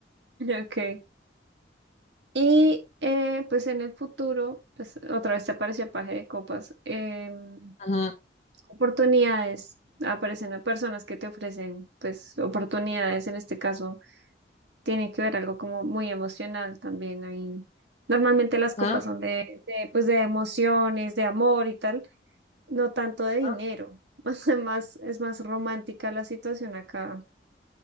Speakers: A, on the right (about 75°); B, on the left (about 40°).
A: ok. Y eh, pues en el futuro, pues otra vez te apareció el paje de copas, em,
B: Ajá,
A: oportunidades, aparecen personas que te ofrecen pues oportunidades, en este caso tiene que ver algo como muy emocional también ahí. Normalmente las copas
B: ah,
A: son de, de, pues de emociones, de amor y tal. No tanto de dinero,
B: ah,
A: <laughs> más, más- es más romántica la situación acá